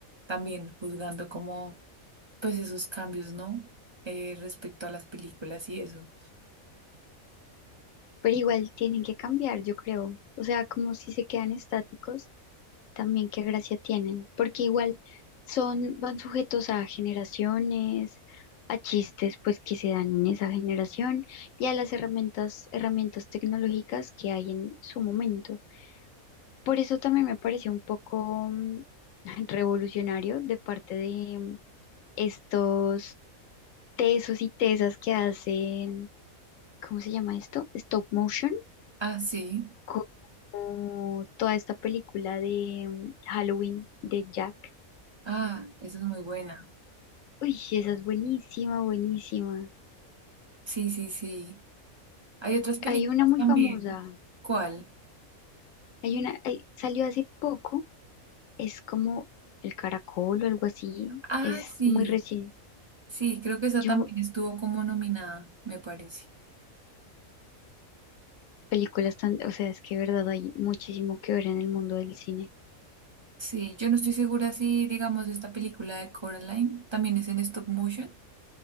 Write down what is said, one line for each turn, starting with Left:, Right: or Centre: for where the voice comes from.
Right: también juzgando como, pues esos cambios, ¿no? Eh, respecto a las películas y eso.
Left: Pero igual tienen que cambiar, yo creo. O sea, como si se quedan estáticos, también qué gracia tienen, porque igual son, van sujetos a generaciones, a chistes pues que se dan en esa generación y a las herramientas, herramientas tecnológicas que hay en su momento. Por eso también me pareció un poco mm, <laughs> revolucionario de parte de mm, estos tesos y tesas que hacen, ¿cómo se llama esto? Stop motion.
Right: Ah, sí.
Left: como toda esta película de mm, Halloween de Jack
Right: Ah, Sí. esa es muy buena.
Left: Uy, sí, esa es buenísima, buenísima.
Right: Sí, sí, sí. Hay otras películas
Left: Hay una muy
Right: también.
Left: famosa.
Right: ¿Cuál?
Left: Hay una, hay- salió hace poco. Es como El Caracol o algo así.
Right: Ah,
Left: Es
Right: sí.
Left: muy recién.
Right: Sí, creo que esa
Left: Yo,
Right: también estuvo como nominada, me parece.
Left: películas tan, o sea, es que de verdad hay muchísimo que ver en el mundo del cine.
Right: Sí, yo no estoy segura si, digamos, esta película de Coraline también es en stop motion.